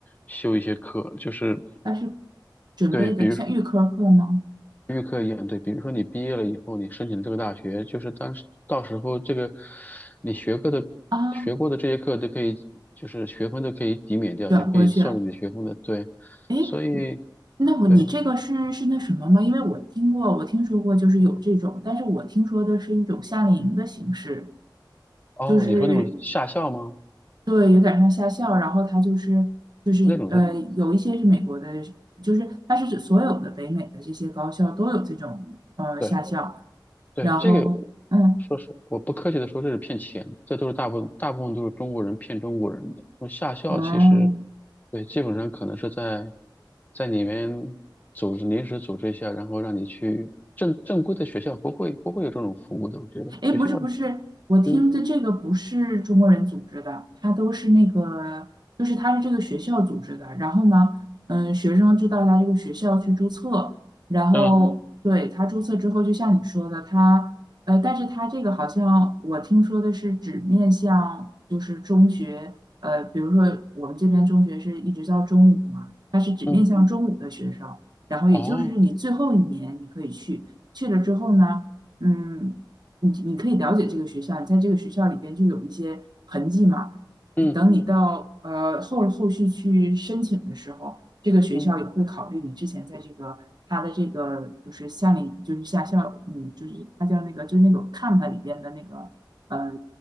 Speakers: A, on the left; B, on the right.
A: 修一些课，就是。
B: 但是准备的像预科课吗？
A: 对，比如。预科一样，对，比如说你毕业了以后，你申请这个大学，就是当时到时候这个你学过的学过的这些课都可以，
B: 啊，
A: 就是学分都可以抵免掉，
B: 转过去了。
A: 就可以算入你的学分的。对，
B: 哎
A: 所以
B: 那我你这个是是那什么吗？
A: 对，
B: 因为我听过，我听说过，就是有这种，但是我听说的是一种夏令营的形式，
A: 哦，
B: 就是
A: 你说那种下校吗？
B: 对，有点像夏校，然后它就是就是呃，
A: 那种是
B: 有一些是美国的，就是它是指所有的北美的这些高校都有这种呃夏校，
A: 对，对，
B: 然后嗯
A: 这个说实，我不客气的说，这是骗钱，这都是大部分大部分都是中国人骗中国人的。那么夏校其实，
B: 嗯。
A: 对，基本上可能是在在里面组织临时组织一下，然后让你去正正规的学校不会不会有这种服务的，我觉得学校，
B: 哎，不是不是，我听的这个不是中国人组织的，
A: 嗯
B: 它都是那个，就是他是这个学校组织的。然后呢，嗯，学生就到他这个学校去注册，然嗯后对他注册之后，
A: 嗯
B: 就像你说的，他呃，但是他这个好像我听说的是只面向就是中学，呃，比如说我们这边中学是一直到中午嘛，他是只面向嗯中午的学生，
A: 嗯，
B: 然后也就是你最后一年你可以去，
A: 哦，
B: 去了之后呢。嗯，你你可以了解这个学校，你在这个学校里边就有一些痕迹嘛。
A: 嗯
B: 你等你到呃后后续去申请的时候，这个学校也会考虑你之前在这个它的这个就是夏令就是夏校，
A: 嗯
B: 嗯，就是它叫那个就是那种看看里边的那个呃